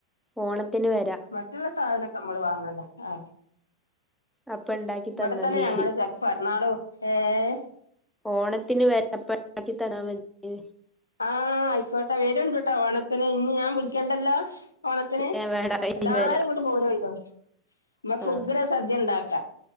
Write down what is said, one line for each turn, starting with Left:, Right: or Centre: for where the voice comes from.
Centre: ഓണത്തിന് വരാം
Left: മം റ്റുള്ള സാധനൊക്കെ ഇമ്മള് വാങ്ങണതാ ആഹ്
Centre: അപ്പ ഇണ്ടാക്കി
Left: ഇവിടെത്തന്നെ
Centre: തന്നാതി
Left: ഞങ്ങള് ചെ പിറന്നാളു ഏഹ്
Centre: ഓണത്തിന് വരാം അപ്പെ ഉണ്ടാക്കി തരാൻ പറ്റിനി
Left: ആഹ് ആയിക്കോട്ടെ വരോണ്ടുട്ടോ ഓണത്തിന് ഇനി ഞാൻ വിളിക്കണ്ടല്ലാ. ഓണത്തിന്
Centre: ഏഹ് വേണ്ട ഇനി
Left: എല്ലാരും
Centre: വരാ
Left: ഇങ്ങോട്ട് പോരോണ്ടു ഇമ്മക്ക്
Centre: ആഹ്
Left: ഉഗ്ര സദ്യ ഇണ്ടാക്കാ